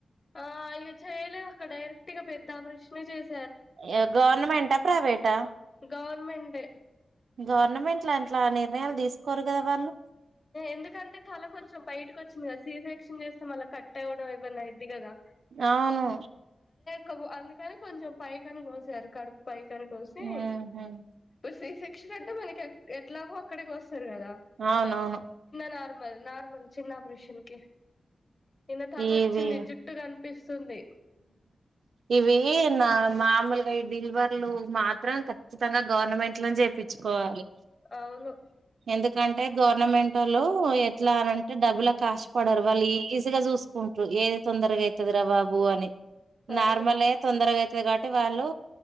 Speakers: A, on the left; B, on the right.
A: ఆ ఇక చేయలే అక్క డైరెక్ట్ ఇంకా పెద్ద ఆపరేషన్ చెస్
B: ఏ గవర్నమెంటా ప్రైవేటా
A: గవర్నమెంట్
B: గవర్నమెంట్ల అంట్లా నిర్ణయాలు తీసుకోరు కదా వాలు
A: ఎందుకంటే తల కొంచెం బయటకి వచ్చింది కదా సి సెక్షన్ చేస్తే మళ్ళా కట్ అవ్వడం ఏమన్నా అయిది కదా
B: అవును
A: కావు అందుకని కొంచెం పైకి అని కోసారు కడుప పైకరటోసి
B: మ్మ్ హ్మ్
A: పోసి సెక్షన్ అంటే మనకి ఎట్లాగో అక్కడే గోస్ తరు కదా
B: అవునవును
A: నార్మల్ నార్మల్ చిన్న ఆపరేషన్ కి నిన్న తల
B: ఇవి
A: వచ్చింది జుట్టు కనిపిస్తుంది
B: ఇవి నా మామూలుగా డీల్వర్లు మాత్రం ఖచ్చితంగా గవర్నమెంట్ లా చుకోవాలి
A: అవును
B: ఎందు అంటే గవర్నమెంటోళ్లు ఎట్లా అన అంటే డబ్బులు కాషపడరు వాళ్ళు ఈజీ గా చూసుకుంటారు ఏది తొందరగా అవుతుది రా బాబు అని
A: అవును
B: నార్మలే తొందరగయితే కాబట్టి వాళ్ళు